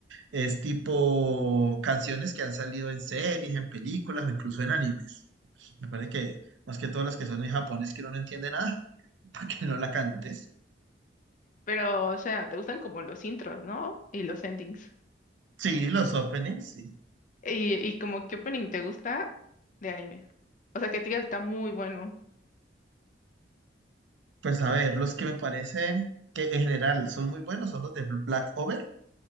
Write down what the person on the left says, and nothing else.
Pero, o sea, te gustan como los intros, ¿no? Y los endings.
Y, y como, ¿qué opening te gusta de anime? O sea, que te diga, está muy bueno.